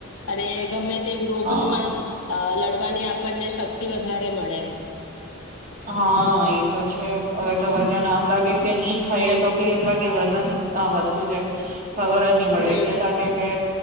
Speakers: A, on the left (about 80°); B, on the right (about 40°).
A: અને ગમે પતે રોગન
B: હા
A: માં આ લડવાની આપ આપણને શક્તિ વધારે મળે
B: હા એ તો છે હવે તો ત્યા નામ લાગે
A: હમ
B: કે અની ખાઈ તો બી એમ લાગે વજન વધતું છે ખબર જ નહી પડે
A: હમ
B: એટલે લાગે કે